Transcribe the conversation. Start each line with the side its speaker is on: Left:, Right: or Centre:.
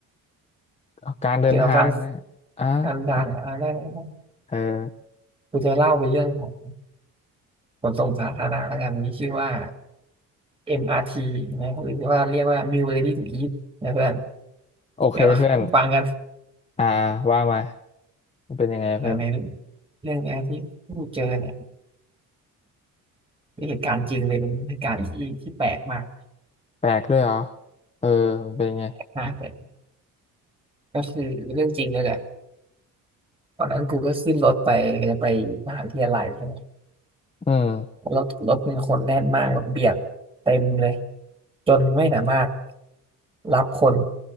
Left: เอาการเดินทางเนี่ยอ่ะ
Right: เกี่ยวกับการการทางอ่าได้ได้
Left: ว่าเออ
Right: กูจะเล่าเป็นเรื่องของขนส่งสาธารณะแล้วกันมีชื่อว่า MRT นะหรือว่าเรียกว่า Meal Ready to Eat นะเพื่อน
Left: โอเคเพื่อน
Right: เดี๋ยวฟังกัน
Left: อ่าว่ามามันเป็นยังไงเพื่อน
Right: อ่าในเรื่องแรกที่กูเจอเนี่ยเป็นเหตุการณ์จริงเลยเป็นเหตุการณ์ที่ที่แปลกมาก
Left: แปลกด้วยเหรอเออมันเป็นยังไง
Right: นะแต่ก็คือเรื่องจริงเลยแหละตอนนั้นกูก็ขึ้นรถไปจะไปมหาวิทยาลัยใช่ไหม
Left: อืม
Right: รถรถมีคนแน่นมากแบบเบียดเต็มเลยจนไม่สามารถรับคน